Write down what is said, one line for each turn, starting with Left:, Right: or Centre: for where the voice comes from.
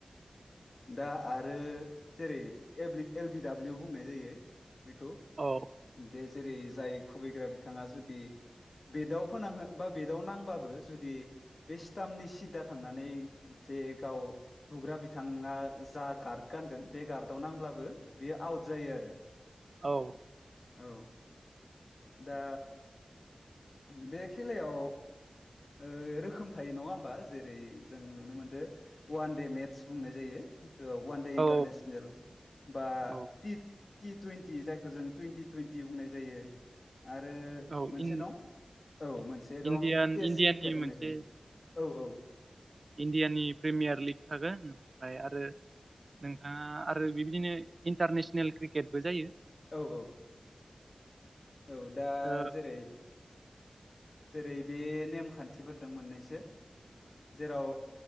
Left: दा आरो जेरै एल ल्बि एल बि दडाब्लिउ बुंनाय जायो। बेखौ
Right: औ
Left: दे जेरै जाय खुबैग्रा बिथाङा जुदि। बेटआव फोनांहो बा बेटआव नांबाबबो जुदि बे स्टाम सिदा। थांनानै जे गाव बुग्रा बि। बिथाङा जा गार्ड गानगोन बे गार्डआव नांब्लाबो बियो आउट जायो आरो।
Right: औ।
Left: औ दा बे खेलायाव। ओ रोखोम थायो नङा होमबा जेरै जों नुनो मोनदों वान दे मेटस। बुंनाय जायो वान दे
Right: औ
Left: इन्टारनेसनेल बा
Right: औ
Left: टिथ। टि तुयेन टि जायखौ जों तुयेनटि तुयेनटि बुंनाय जायो आरो। आरो
Right: औ
Left: मोनसे
Right: इन
Left: दं औ मोनसे दं
Right: इण्डियान
Left: टेस्ट
Right: इण्डियाननि
Left: क्रिकेट बुंनाय
Right: मोनसे
Left: जायो। औ औ
Right: इण्डियानि प्रिमियार लिग थागोन। ओमफ्राय आरो नोंथाङा आरो बिबायदिनो इन्टारनेसनेल क्रिकेटबो जायो।
Left: औ औ। औ दा
Right: ओ
Left: जेरै। जेरै बे नेम खान्थिफोर दं मोननैसो जेराव।